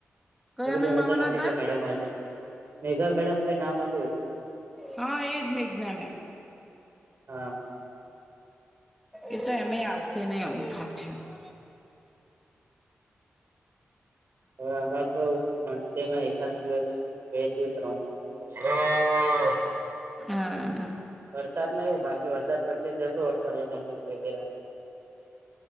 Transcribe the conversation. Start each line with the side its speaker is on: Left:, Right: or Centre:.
Centre: કયા
Right: મે કીધું
Centre: મેમ
Right: હું
Centre: આવવાના
Right: તો નથી
Centre: હતા
Right: ગયો મેડમ આજે મેઘા મેડમ કઈ નામ હતું એવું
Centre: હા એજ મેઘના મેમ.
Right: હા
Centre: એ તો એમે આવશે ને <unintelligible>
Right: હવે અમારે તો મંથલીમાં એકાદ દિવસ બે દિવસ રાઉન્ડ <inaudible>
Centre: હા.
Right: વરસાદ માં એવું બાકી વરસાદ પછી જશું અઠવાડિયામાં એક એક બે બે રાઉન્ડ